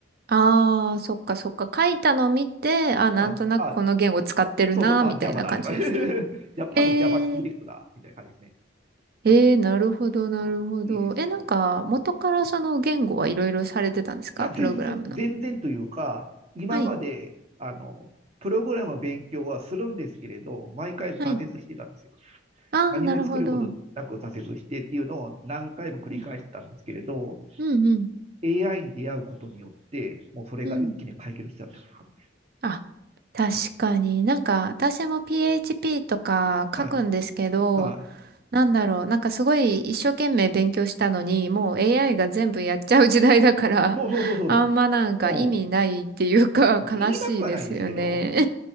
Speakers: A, on the right; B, on the right.
A: ああ、そっかそっか。書いたのを見て、あ、なんとなくこの言語使ってるな、
B: あ、あ、そうそう、あ、
A: みたいな感じですね。
B: Java だとか、<laughs> じゃ多分
A: えー
B: JavaScript だ、みたいな感じですね。あの、
A: ええなるほど、なるほど。
B: あ、いいですよ。
A: え、なんか、元からその言語はいろいろされてたんですかプログラムの。
B: いや、全然、全然というか、今まで、
A: はい、
B: あの、プログラムの勉強はするんですけれど、毎回挫折してたんですよ。
A: はい。ああ、
B: 何も作ることなく挫折してっていうのを何回も繰り返してたんですけれど、
A: なるほど。うん、うん、うん。
B: AI に出会うことによって、もうそれが一気に解決しちゃった感じです。
A: うんあ、確かに。なんか、私も PHP とか書くんですけど、
B: はい。はい。
A: なんだろう。なんかすごい一生懸命勉強したのに、もう AI が全部やっちゃう時代だから、
B: そうそうそうそう
A: <laughs> あんまなんか意味ないっていうか、
B: そう。うん。まあ、
A: 悲しいですよね。
B: 意味なくはないですけど、